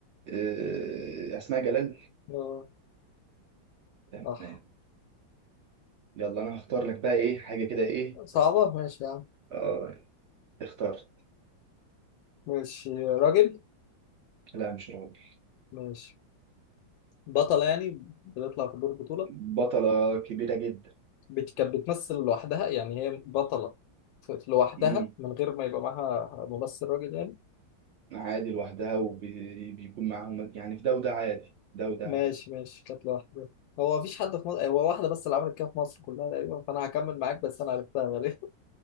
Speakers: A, on the right; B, on the left.
A: آه، أسماء جلال
B: اه
A: تمام
B: صح
A: يلا أنا هختار لك بقى إيه حاجة كده إيه
B: صعبة ماشي يا عم
A: آه اخترت
B: ماشي راجل
A: لا مش راجل
B: ماشي بطلة يعني بتطلع في دور بطولة
A: بطلة كبيرة جدا
B: بت- كانت بتمثل لوحدها يعني هي بطلة في- في لوحدها
A: مم.
B: من غير ما يبقى معاها ممثل راجل يعني
A: عادي لوحدها وبيكون معاهم يعني في ده وده عادي ده وده
B: ماشي
A: عادي
B: ماشي كانت لوحدها هو مفيش حد في مصر هو واحدة بس اللي عملت كده في مصر كلها تقريبا فأنا هكمل معاك بس أنا عرفتها غالبا